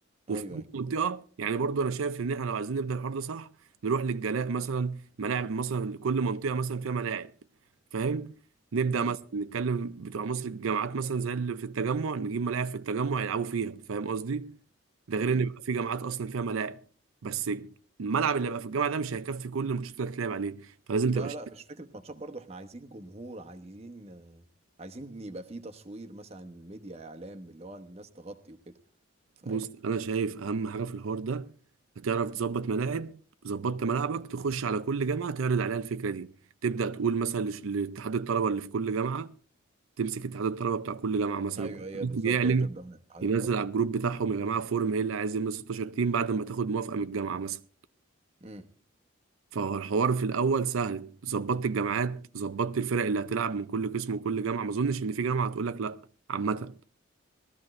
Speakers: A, on the right; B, on the right.
A: وفي
B: ايوه
A: كل
B: ايوه
A: منطقه يعني برضو انا شايف ان احنا لو عايزين نبدا الحوار ده صح نروح للجلاء مثلا ملاعب مثلا كل منطقه مثلا فيها ملاعب فاهم نبدا
B: امم
A: مثلا نتكلم بتوع مصر الجامعات مثلا زي اللي في التجمع نجيب ملاعب في التجمع يلعبوا فيها فاهم قصدي ده غير
B: امم
A: ان يبقى في جامعات اصلا فيها ملاعب بس الملعب اللي هيبقى في الجامعه ده مش هيكفي كل الماتشات اللي هتلعب عليه فلازم تبقى
B: لا لا مش فكره ماتشات برضو احنا عايزين جمهور عايزين آه، عايزين يبقى فيه تصوير مثلا ميديا اعلام اللي هو الناس تغطي وكده فاهم
A: بص انا شايف اهم حاجه في الحوار ده هتعرف تظبط ملاعب ظبطت ملاعبك تخش على كل جامعه تعرض عليها الفكره دي تبدا تقول مثلا لش- لاتحاد الطلبه اللي في كل جامعه تمسك اتحاد الطلبه بتاع كل جامعه مثلا
B: ايوه
A: كل
B: ايوه بالظبط
A: قسم يعلن
B: هي تبدا من اتحاد
A: ينزل
B: الطلب
A: على الجروب بتاعهم يا جماعه فورم ايه اللي عايز يملى 16 تيم بعد ما تاخد موافقه من الجامعه مثلا
B: امم
A: فهو الحوار في الاول سهل ظبطت الجامعات ظبطت الفرق اللي هتلعب من كل قسم وكل جامعه ما اظنش ان في جامعه هتقول لك لا عامه